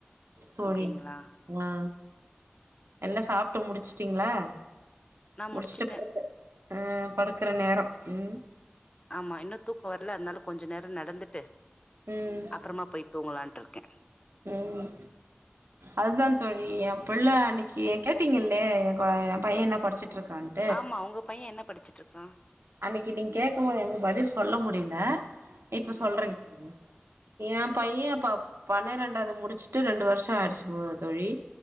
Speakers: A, on the right (about 85°); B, on the left (about 25°).
A: தோழி
B: அப்டிங்களா
A: ஆ எல்லா சாப்ட்டு முடிச்சுட்டீங்ளா
B: நா
A: முடிச்சுட்டு
B: முடிச்சுட்டே
A: அ படுக்குற நேர ம்
B: ஆமா இன்னு தூக்க வரல அதனால கொஞ்சோ நேர நடந்துட்டு
A: ம்
B: அப்பறமா போய் தூங்கலான்ட்டு இருக்க
A: ம் அதுதா தோழி என் புள்ள அன்னக்கி கேட்டிங்கல்ல என் பைய என்ன படிச்சிட்ருக்கானு
B: ஆமா உங்க பைய என்ன படிச்சுட்ருக்கா
A: அன்னைக்கு நீங்க கேக்கு போது எங்க பதில் சொல்ல முடில இப்ப சொல்றங்க
B: ம்
A: எ பைய இப்ப பன்னிரெண் ஆவது முடிச்சுட்டு ரெண்டு வருஷ ஆய்டுச்சு தோழி